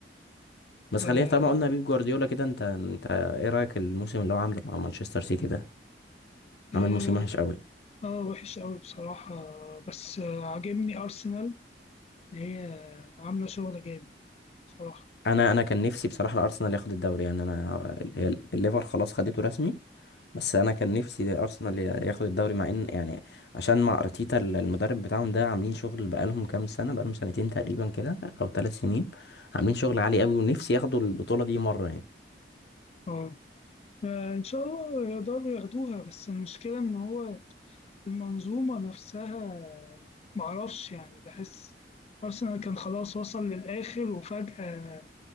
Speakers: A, on the left (about 70°); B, on the left (about 35°).
A: بس
B: اه
A: خلينا طالما قلنا بيب جوارديولا كده انت انت ايه رايك الموسم اللي هو عامله مع مانشستر سيتي ده
B: آه،
A: عامل موسم وحش قوي
B: آه، وحش قوي بصراحة بس آه، عاجبني أرسنال إن هي عاملة شغل جامد صراحة
A: انا انا كان نفسي بصراحه الارسنال ياخد الدوري يعني انا هي الليفر خلاص خدته رسمي بس انا كان نفسي ارسنال ياخد الدوري مع ان يعني عشان مع ارتيتا المدرب بتاعهم ده عاملين شغل بقالهم كام سنه بقالهم سنتين تقريبا كده او ثلاث سنين عاملين شغل عالي قوي ونفسي ياخدوا البطوله دي مره يعني
B: اه آه، إن شاء الله يقدروا ياخدوها بس المشكلة إن هو المنظومة نفسها معرفش يعني بحس أرسنال كان خلاص وصل للآخر وفجأة